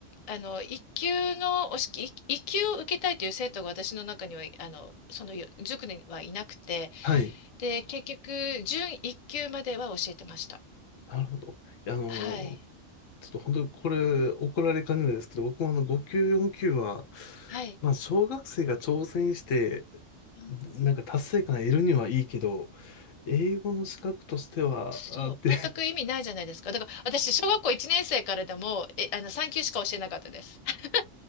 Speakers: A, on the left; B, on the left.
A: あの、一級の、おし、一一級を受けたいという生徒が私の中には、あの、その塾にはいなくて、
B: はい。
A: で、結局、準一級までは教えてました。
B: なるほど。いやあのーちょっと本当にこれ怒られかねないですけど、
A: はい。
B: 僕もあの5級、4級は、
A: はい。
B: まあ小学生が挑戦して、
A: うん
B: なんか達成感得るにはいいけど、英語の資格としては、
A: そう、
B: あ、で、
A: 全く意味ないじゃないですか。
B: <laughs>
A: だから、私、小学校1年生からでも、え、あの、産級しか教えなかったです。<laughs>